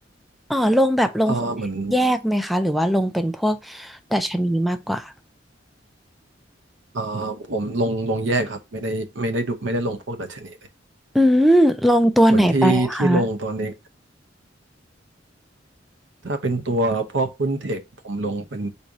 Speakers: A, in the centre; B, on the right.
A: อ๋อลงแบบลงหุ้นแยกไหมคะหรือว่าลงเป็นพวก
B: เออเหมือน
A: ดัชนีมากกว่า
B: เออผมลงลงแยกครับ ไม่ได้ไม่ได้ดูไม่ได้ลงพวกดัชนีเลย
A: อืมลงตัวไหนไปอะคะ
B: เหมือนที่ที่ลงตอนนี้ ถ้าเป็นตัวพวกหุ้นเทคผมลงเป็น